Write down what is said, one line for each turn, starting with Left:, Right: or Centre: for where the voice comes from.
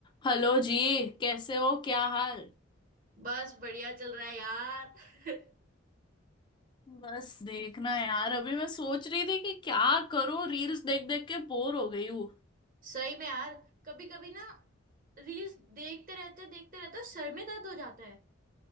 Left: Hello जी कैसे हो क्या हाल
Right: बस बढ़िया चल रहा है यार <laughs>
Left: बस देखना यार अभी मैं सोच रही थी कि क्या करूं रील्स देख देख के बोर हो गई हूँ
Right: सही में यार कभी कभी ना रील्स देखते रहते देखते रहते सर में दर्द हो जाता है